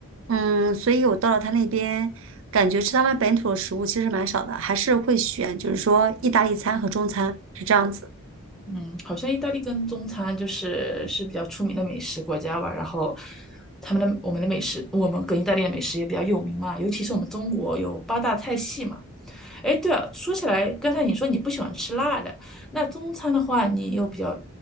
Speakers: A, on the right (about 60°); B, in the centre.
A: 嗯，所以我到了他那边，感觉吃他们本土的食物其实蛮少的，还是会选就是说意大利餐和中餐，是这样子。
B: 嗯，好像意大利跟中餐就是是比较出名的美食国家吧，然后他们的我们的美食，我们跟意大利的美食也比较有名嘛，尤其是我们中国有八大菜系嘛。哎，对了，说起来，刚才你说你不喜欢吃辣的，那中餐的话，你有比较